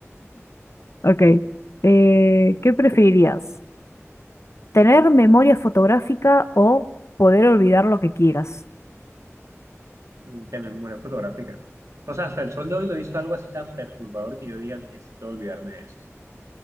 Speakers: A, on the left; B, on the right.
A: ok. Eh, ¿qué preferirías? Tener memoria fotográfica o poder olvidar lo que quieras.
B: Mm, Tener memoria fotográfica. O sea, hasta el sol de hoy no he visto algo así tan perturbador que yo diga, necesito olvidarme de esto.